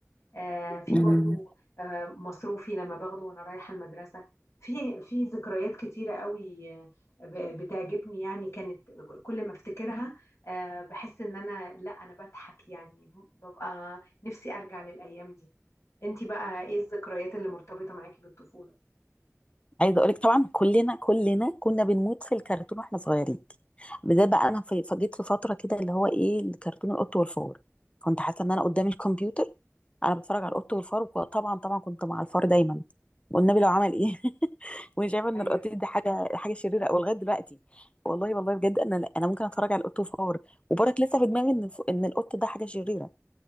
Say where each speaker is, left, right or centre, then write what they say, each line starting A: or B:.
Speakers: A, on the left; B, on the left.
A: آه، في
B: امم
A: برضو آه، مصروفي لما باخده وانا رايحة المدرسة في في ذكريات كتيرة قوي آه، ب- بتعجبني يعني كانت كل ما افتكرها آه، بحس ان انا لا انا بضحك يعني ببقى نفسي ارجع للايام دي انتي بقى ايه الذكريات اللي مرتبطة معاكي بالطفولة
B: عايزه اقولك طبعا كلنا كلنا كنا بنموت في الكرتون واحنا صغيرين بالذات بقى انا في- فجيت في فتره كده اللي هو ايه الكرتون القط والفار كنت حاسه ان انا قدام الكمبيوتر انا بتفرج على القط والفار وطبعا طبعا كنت مع الفار دايما والنبي لو عمل ايه <laughs> وانا شايفه ان
A: ايوه
B: القط دي حاجه حاجه شريره او لغايه دلوقتي والله والله بجد انا انا ممكن اتفرج على القط والفار وبرك لسه في دماغي ان الف- ان القط ده حاجه شريره